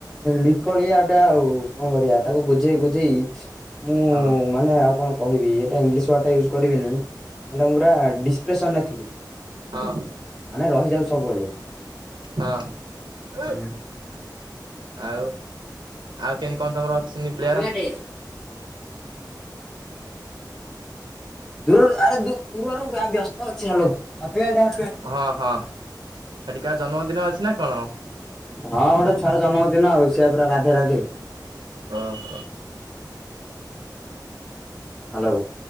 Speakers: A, in the centre; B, on the right.
A: ବିକଳିଆ ଟା ଆଉ କଣ କରିବା। ତାକୁ ବୁଝେଇ ବୁଝେଇ ମୁଁ
B: ହଁ
A: ମାନେ ଆଉ କଣ କହିବି ଏଟା ଇଂଲିଶ ୱାର୍ଡ ଟା ଇଉଜ୍- କରିବିନେଇଁ ମଣ୍ଡ ମୁରା ଡିସପ୍ରେସନରେ ଥିଲି।
B: ହଁ
A: ମାନେ ରହିଯାଉ ସବୁବେଳେ।
B: ହଁ
A: ହାପି
B: ଆଉ ଆଉ କେମିତି କଣ ତମର ଅଛନ୍ତି ପ୍ଲେୟର?
A: ବାଡେ। ଦୂରରୁ ଆରେ ଦୂ ଦୂରରୁ ବ୍ୟସ୍ତ ଅଛି ହାଲୋ ଅପେଡ଼ା।
B: ହଁ ହଁ ହେଟିକାହାର ଜନ୍ମଦିନ ଅଛି ନା କଣ?
A: ହଁ ଗୋଟେ ଛୁଆର ଜନ୍ମଦିନ ଆଉ। ସିଆ ପୁରା ରାଧେ ରାଧେ।
B: ଅହ
A: ହାଲୋ